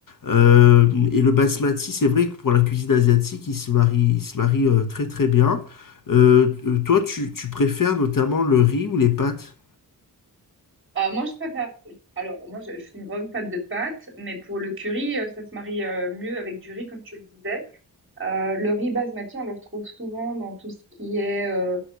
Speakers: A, on the left; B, on the right.
A: Euh, et le basmati, c'est vrai que pour la cuisine asiatique, il se marie, il se marie euh, très très bien. Euh, euh, toi, tu, tu préfères notamment le riz ou les pâtes?
B: Euh, moi, je préfère. Alors, moi, je, je suis une grande fan de pâtes, mais pour le curry, euh, ça se marie euh, mieux avec du riz, comme tu le disais. Euh, le riz basmati, on le retrouve souvent dans tout ce qui est euh,